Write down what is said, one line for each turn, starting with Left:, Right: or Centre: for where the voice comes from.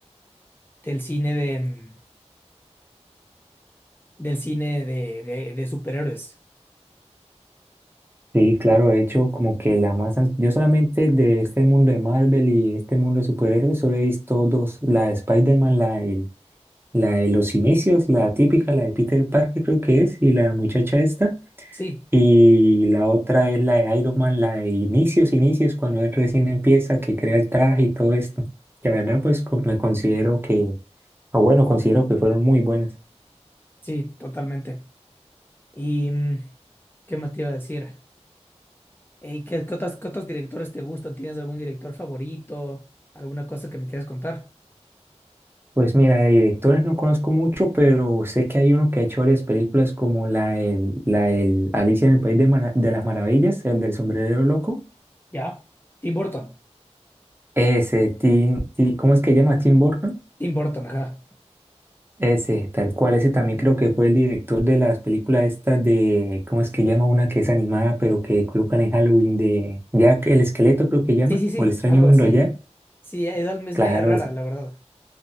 Left: del cine de mm, del cine de, de, de superhéroes.
Right: Sí, claro, de hecho, como que la más... an- Yo solamente de este mundo de Marvel y este mundo de superhéroes solo he visto dos, la de Spider-Man, la de, la de los inicios, la típica, la de Peter Parker creo que es, y la muchacha esta,
Left: Sí,
Right: y la otra es la de Iron Man, la de inicios, inicios, cuando él recién empieza, que crea el traje y todo esto, que la verdad pues co- me considero que, o bueno, considero que fueron muy buenas.
Left: sí, totalmente. ¿Y mm, qué más te iba a decir? ¿Y qué, qué otros, qué otros directores te gustan? ¿Tienes algún director favorito? ¿Alguna cosa que me quieras contar?
Right: Pues mira, de directores no conozco mucho, pero sé que hay uno que ha hecho varias películas como la el la del Alicia en el País de, Mara- de las Maravillas, el del sombrerero loco.
Left: ¿Ya? Tim Burton.
Right: Ese, Tim, Ti- ¿cómo es que llama? Tim Burton.
Left: Tim Burton, ajá.
Right: Ese, tal cual, ese también creo que fue el director de las películas estas de, ¿cómo es que llama? Una que es animada, pero que colocan en Halloween de Jack el Esqueleto, creo que llama,
Left: Sí, sí, sí,
Right: o el extraño
Left: algo
Right: mundo
Left: así.
Right: de Jack.
Left: Sí, es, al- es
Right: Claro,
Left: media rara,
Right: es-
Left: la verdad.